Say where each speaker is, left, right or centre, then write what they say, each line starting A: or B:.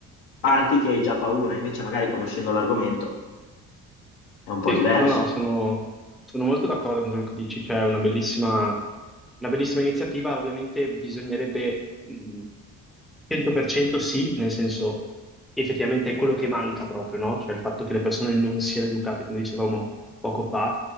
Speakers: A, on the left (about 85°); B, in the centre.
A: parti che hai già paura, invece magari conoscendo l'argomento è un po'
B: Sì,
A: diverso.
B: no, no, sono, sono molto d'accordo con quello che dici, cioè è una bellissima, una bellissima iniziativa, ovviamente bisognerebbe mh, 100% sì, nel senso effettivamente è quello che manca proprio, no? Cioè il fatto che le persone non siano educate, come dicevamo poco fa,